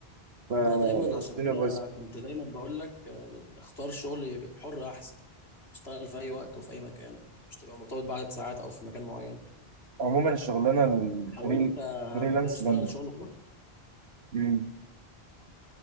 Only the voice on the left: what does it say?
انا دايما عشان كده
كنت دايما بقول لك آه، اختار شغل حر احسن اشتغل في اي وقت وفي اي مكان مش تبقى مرتبط بعدد ساعات او في مكان معين
حاولت آه،
قبل كده اشتغل
شغل حر